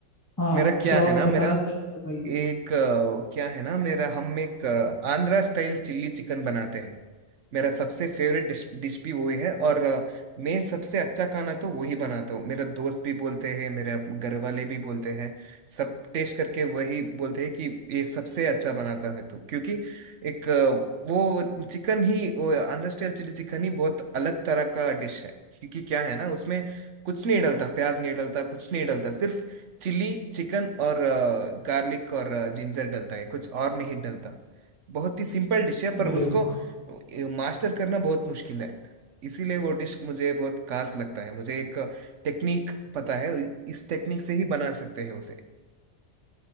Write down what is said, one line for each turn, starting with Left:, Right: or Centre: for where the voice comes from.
Left: हाँ
Right: मेरा क्या
Left: तो आप
Right: है ना
Left: बताना
Right: मेरा
Left: चाहें तो बताइए
Right: एक अ, क्या है ना मेरा हम एक अ, आंध्रा स्टाइल चिल्ली चिकन बनाते हैं मेरा सबसे फेवरेट डिश डिश भी वही है और अ, मैं सबसे अच्छा खाना तो वही बनाता हूँ मेरा दोस्त भी बोलते हैं मेरे घर वाले भी बोलते हैं सब टेस्ट करके वही बोलते हैं कि ये सबसे अच्छा बनाता है तू क्योंकि एक अ, वो चिकन ही वो आंध्र स्टाइल चिली चिकन ही बहुत अलग तरह का डिश है क्योंकि क्या है ना उसमें कुछ नहीं डलता प्याज नहीं डलता कुछ नहीं डलता सिर्फ चिली चिकन और गार्लिक और जिंजर डलता है कुछ और नहीं डलता बहुत ही सिंपल डिश है पर
Left: अरे
Right: उसको
Left: वाह
Right: मास्टर करना बहुत मुश्किल है इसीलिए वो डिश मुझे बहुत खास लगता है मुझे एक टेक्निक पता है इस टेक्निक से ही बना सकते हैं उसे